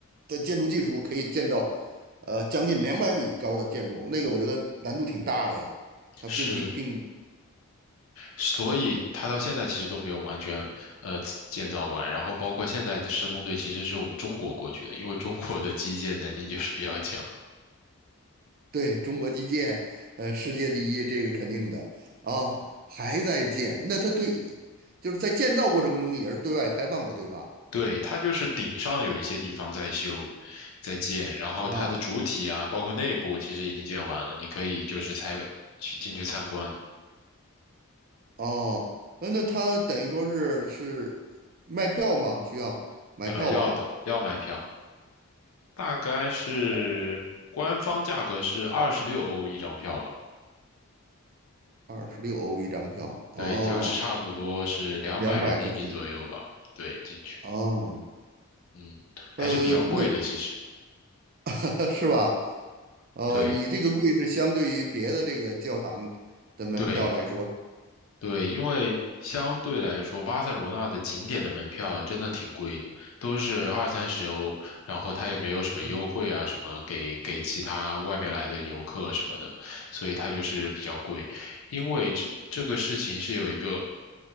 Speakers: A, on the right; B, on the left.
A: 的建筑技术可以建到呃将近两百米高的建筑，那个我觉得难度挺大的呀，它并不并
B: 是，所以它到现在其实都没有完全呃建造完，然后包括现在的施工队其实是我们中国过去的，因为中国的基建能力就是比较强。
A: 对，中国基建，呃，世界第一，这个肯定的啊，还在建，那它对，就是在建造过程中也是对外开放的，对吧？
B: 对，它就是顶上有一些地方在修，在建，然后它的主体啊，
A: 啊，
B: 包括内部其实已经建完了，你可以就是才去进去参观，
A: 哦，那那它等于说是是卖票吗？需要买票吧？
B: 啊，要的要买票，大概是官方价格是二十六欧一张票吧，
A: 哦二十六欧一张票，哦，
B: 对，就是差不多是两百人民币左右吧，
A: 两百块钱，
B: 对，进去，
A: 哦，
B: 嗯，还是比较贵的其实，
A: 呃，那 <laughs> 是吧？呃，
B: 对，
A: 你这个贵是相对于别的这个教堂的门票来说，
B: 对。对，因为相对来说，巴塞罗那的景点的门票真的挺贵的，都是二三十欧，然后它也没有什么优惠啊，
A: 嗯，
B: 什么给给其他外面来的游客什么的，所以它就是比较贵。因为这这个事情是有一个。